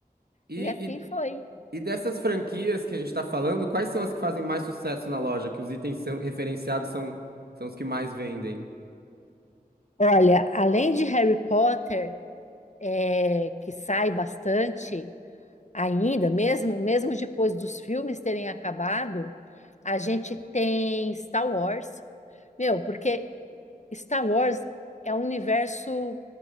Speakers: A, on the right; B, on the left.
A: E,
B: E assim foi.
A: e, e dessas franquias que a gente tá falando, quais são as que fazem mais sucesso na loja? Que os itens são, referenciados são, são os que mais vendem?
B: Olha, além de Harry Potter, é, que sai bastante ainda, mesmo, mesmo depois dos filmes terem acabado, a gente tem Star Wars. Meu, porque Star Wars é um universo